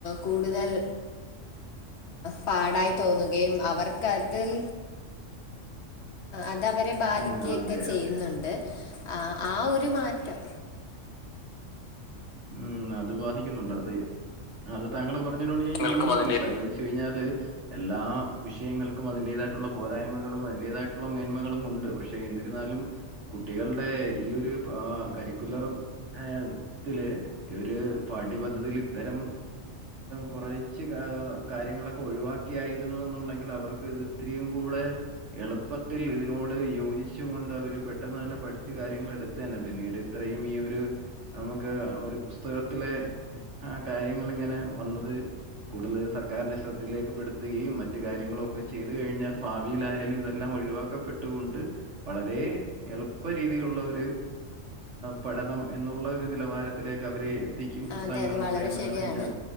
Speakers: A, on the left (about 60°); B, on the right (about 65°).
A: കൂടുതൽ പാടായി തോന്നുകയും അവർ കതിൽ അതവരെ ബാധിക്കേക്ക
B: ഉം. അതെ,
A: ചെയ്യുന്നുണ്ട്
B: അതെ.
A: ആ ആ ഒരു മാറ്റം
B: ഉം അത് ബാധിക്കുന്നുണ്ട് അതെയ് അത് താങ്കൾ പറഞ്ഞേനോട് ഞാൻ
A: നിങ്ങൾക്കും
B: യോജിക്കുന്നു
A: അതിന്റെ
B: കാര്യന്താന്ന് വെച്ചാ ച്ചു കഴിഞ്ഞാല് എല്ലാ വിഷയങ്ങൾക്കും അതിന്റേതായിട്ട് റ്റുള്ള പോരായ്മകളും അതിൻ്റെതായിട്ടുള്ള മേന്മകളും ഉണ്ട് പക്ഷേ റ്റെ എന്നിരുന്നാലും കുട്ടികളുടെ ഈ ഒരു പാ കരിക്കുലറും ആ ത്തില് ഈ ഒരു പഠിപദ്ധതില് ഇത്തരം കുറച്ച് കാര്യങ്ങളൊക്കെ ഒഴിവാക്കിയായിരുന്നു എന്നുണ്ടെങ്കില് അവർക്ക് ഇത് ഇത്തിരീം കൂടെ എളുപ്പത്തിൽ ഇതിനോട് യോജിച്ചു കൊണ്ട് അവര് പെട്ടെന്ന് തന്നെ പഠിച്ചു കാര്യങ്ങൾ എടുത്തു തന്നെ പിന്നീട് ഇത്രയും ഈ ഒരു നമുക്ക് ഒരു പുസ്ത പുസ്തകത്തിലെ ആ കാര്യങ്ങൾിങ്ങനെ വന്നത് കൂടുതൽ സർക്കാരിന്റെ ശ്രദ്ധയിലേക്ക്പ്പെടുത്തുകയും മറ്റ് കാര്യങ്ങളൊക്കെ ചെയ്ത് കഴിഞ്ഞാൽ ഭാവിയിലായാലും ഇതെല്ലാം ഒഴിവാക്കപ്പെട്ടുകൊണ്ട് വളരെ എളുപ്പ രീതിയിലുള്ള ഒരു പഠനം എന്നുള്ള നിലവാരത്തിലേക്ക് അവരെ എത്തിക്കും പുസ്തകങ്ങളിലൂടെ
A: അതെ അതെ വളരെ
B: എന്നാണ്
A: ശരിയാണ്
B: ഞാൻ